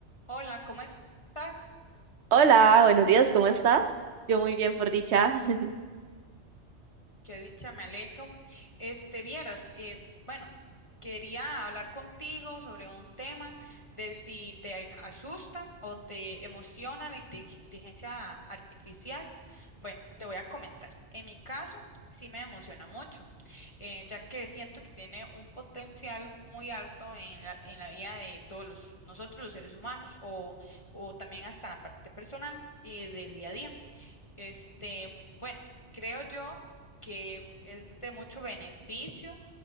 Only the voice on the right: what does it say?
Hola, buenos días, ¿cómo estás? Yo muy bien, por dicha. <laughs>